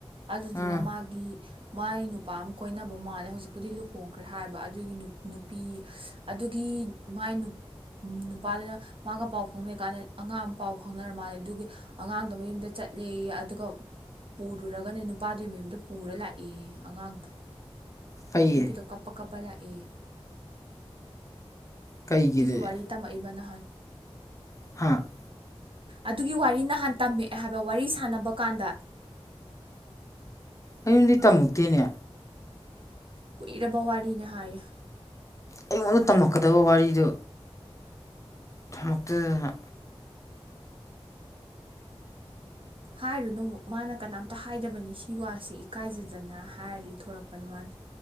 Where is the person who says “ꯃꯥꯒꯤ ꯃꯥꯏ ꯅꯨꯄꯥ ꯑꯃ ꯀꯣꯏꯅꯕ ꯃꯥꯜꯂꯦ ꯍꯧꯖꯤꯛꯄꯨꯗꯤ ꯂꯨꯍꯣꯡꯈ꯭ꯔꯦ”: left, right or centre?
Right